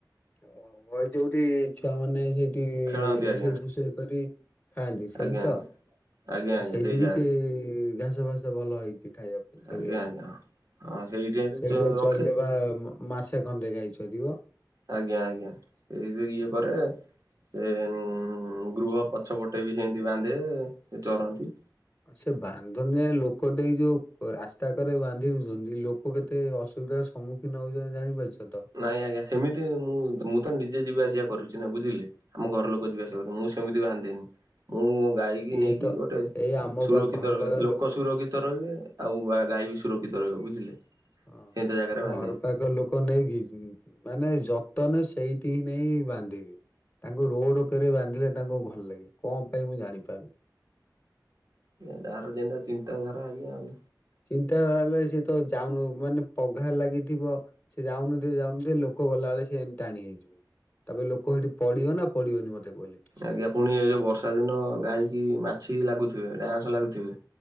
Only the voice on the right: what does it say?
ଖେଳନ୍ତି
ଆଜ୍ଞା
ଆଜ୍ଞା
ଆଜ୍ଞା ଆଜ୍ଞା
ଆଜ୍ଞା
ସେଇ
ଜାଗାରେ
ଆଜ୍ଞା ଆଜ୍ଞା
ହଁ। ହଁ ସେଇଠି
ରଖେ
ଆଜ୍ଞା ଆଜ୍ଞା, ସେଇ ଯୋଉ ଇଏ
କରେ ସେ ଉଁ ଗୃହ ପଛ ପଟେ ବି ସେମିତି ବାନ୍ଧେ, ସେ ଚରନ୍ତି।
ନାଇଁ ଆଜ୍ଞା, ସେମିତି ମୁଁ ମୁଁ ତ ନିଜେ ଯିବା ଆସିବା କରୁଚି ନା ବୁଝିଲେ, ଆମ ଘର ଲୋକ
ଯିବା ଆ ଯିବା, ମୁଁ ସେମିତି ବାନ୍ଧେନି, ମୁଁ ଗାଈକି
ନେଇକି
ଗୋଟେ
ସୁରକ୍ଷିତ
ରହେ,
ଲୋକ ସୁରକ୍ଷି ତ ରହିବେ, ଆଉ ବା ଗାଈ ବି ସୁରକ୍ଷିତ ରହିବ, ବୁଝିଲେ?
ସେମିତି ଜାଗାରେ
ବାନ୍ଧେ
ଆଜ୍ଞା ଜାର ଜେନ୍ତା ଚିନ୍ତାଧାରା ଆଜ୍ଞା ଆଉ
ଆଜ୍ଞା ପୁଣି ଏ ଯୋଉ ବର୍ଷା ଦିନ ଗାଈକି ମାଛି ଲାଗୁଥିବେ ଡାଁସ ଲାଗୁଥିବେ।